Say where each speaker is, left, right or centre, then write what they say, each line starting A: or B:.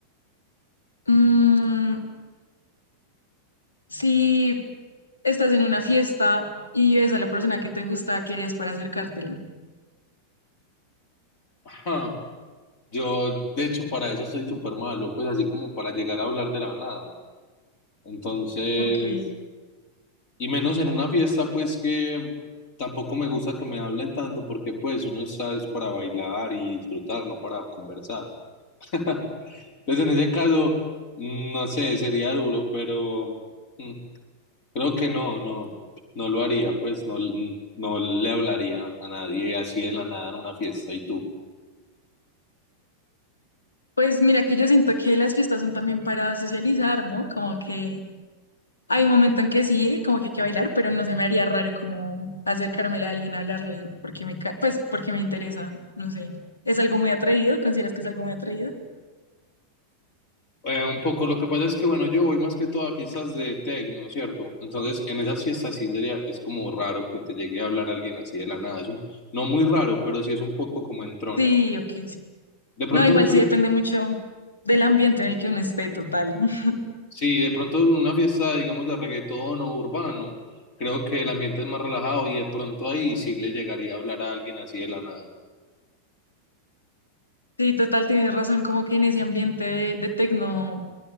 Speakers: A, on the left (about 75°); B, on the left (about 45°).
A: Mm, Si estás en una fiesta y ves a la persona que te gusta, ¿qué harías para acercártele?
B: Ajá. Yo, de hecho, para eso estoy súper malo, pues así como para llegar a hablar de la nada. Entonces,
A: Ok,
B: y menos en una fiesta, pues que tampoco me gusta que me hablen tanto, porque pues uno está es para bailar y disfrutar, no para conversar. <laughs> Entonces, en ese caso, mm, no sé, sería duro, pero mm, creo que no, no, no lo haría, pues no, mm, no le hablaría a nadie así de la nada en una fiesta. ¿Y tú?
A: Pues mira que yo siento que las fiestas son también para socializar, ¿no? Como que hay un momento en que sí, como que hay que bailar, pero no se me haría raro como acercármela a alguien, hablarle, porque me, ca- pues porque me interesa, no sé. ¿Es algo muy atrevido? ¿Consideras que es algo muy atrevido?
B: Eh, un poco, lo que pasa es que, bueno, yo voy más que todo a fiestas de tecno, ¿cierto? Entonces, en esas fiestas sí sería, es como raro que te llegue a hablar alguien así de la nada. Es un- no muy raro, pero sí es un poco como entrón.
A: Sí, ok, sí.
B: De pronto,
A: No, igual
B: nosotros-
A: sí depende mucho del ambiente en el que uno esté, total. <laughs>
B: sí, de pronto en una fiesta, digamos, de reggaetón o urbano, creo que el ambiente es más relajado y de pronto ahí sí le llegaría a hablar a alguien así de la nada.
A: Sí, total, tienes razón, como que en ese ambiente de, de tecno